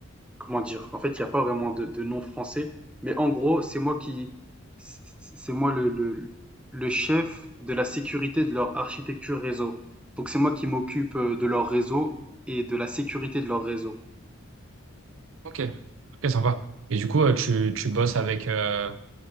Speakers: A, in the centre; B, on the right.
A: Comment dire? En fait, il n'y a pas vraiment de, de nom français, mais en gros, c'est moi qui, c'est moi le, le, le chef de la sécurité de leur architecture réseau. Donc, c'est moi qui m'occupe euh, de leur réseau et de la sécurité de leur réseau.
B: Ok. Ok, sympa. Et du coup, euh, tu, tu bosses avec, euh,